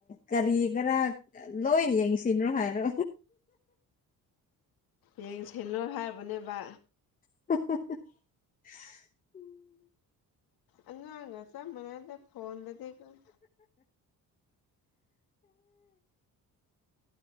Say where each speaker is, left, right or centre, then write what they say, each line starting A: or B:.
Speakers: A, on the left (about 25°); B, on the left (about 80°).
A: ꯀꯔꯤ ꯈꯔ ꯂꯣꯏ ꯌꯦꯡꯁꯤꯂꯣ ꯍꯥꯏꯔꯣ
B: ꯌꯦꯡ ꯁꯤꯜꯂꯣ ꯍꯥꯏꯕꯅꯦꯕ
A: <unintelligible>
B: ꯑꯉꯥꯡ ꯒ ꯆꯥꯞ ꯃꯥꯟꯅꯩꯗ ꯐꯣꯟꯗꯗꯤ ꯑꯗꯨꯝ